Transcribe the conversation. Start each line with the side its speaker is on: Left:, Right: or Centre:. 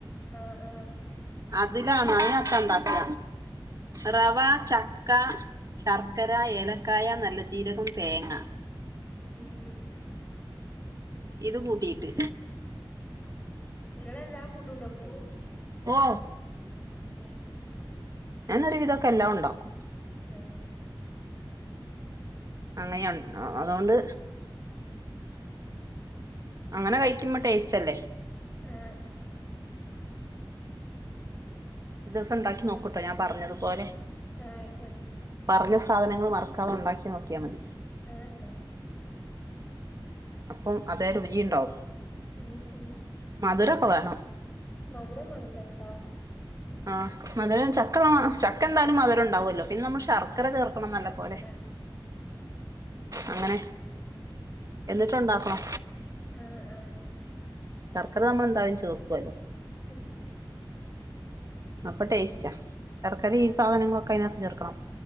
Left: ആഹ് ആഹ്
Right: അതിലാണ് അതിനകത്ത ഇണ്ടാക്ക റവാ
Left: ഏഹ്
Right: ച ക്ക ശർക്കര ഏലക്കായ നല്ല ചീരകം തേങ്ങ
Left: ഉം ഉം
Right: ഇത് കൂട്ടീട്ട്
Left: ഇങ്ങളെല്ലാ ഫുഡും ഉണ്ടാക്കൊ
Right: ഓ
Left: ഉം
Right: ഞാനൊരു വിതൊക്കെ എല്ലാം ഉണ്ടാക്കും
Left: ഉം
Right: അങ്ങനെയ അതുകൊണ്ട് അങ്ങനെ കഴിക്കുമ്പം ടേസ്റ്റ് അല്ലേ
Left: ആ്
Right: പിന്നെന്താ ഒര് ദിവസം ഇണ്ടാക്കി നോക്കൂട്ടോ ഞാൻ പറഞ്ഞതുപോലെ
Left: ആ അയിക്കോ
Right: പറഞ്ഞ സാധനങ്ങൾ മറക്കാതെ ഉണ്ടാക്കി നോക്കിയാ മതി
Left: ഏ ഏ
Right: അപ്പം അതെ രുചിയുണ്ടാവും
Left: ഉം ഉം
Right: മധുരക്ക വെണം
Left: മധുരം മാണം ചച്ചാ
Right: ആഹ് മധുരം ചക്ക ചക്കെന്തായാലും മധുരണ്ടാവൊല്ലോ പിന്നെ നമ്മള് ശർ ക്കര ചേർക്കണം നല്ല
Left: ശർക്കര
Right: പോലെ അങ്ങനെ എന്നിട്ട് ഉണ്ടാക്കും
Left: ഉം ഉം
Right: ശർക്കര നമ്മളെന്തായാലും ചേർക്കൊല്ലോ
Left: ഉം
Right: അപ്പ ടേസ്റ്റാ ശർക്കര ഈ സാധനങ്ങളൊക്കെ അഴിനകത്ത് ചേർക്കണം